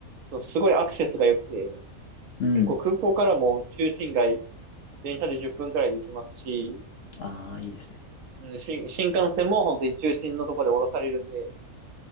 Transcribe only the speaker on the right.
そのすごいアクセスが良くて、
結構空港からも中心街、電車で10分くらいで行きますし、
うん、新、新幹線も本当に中心のところで降ろされるんで、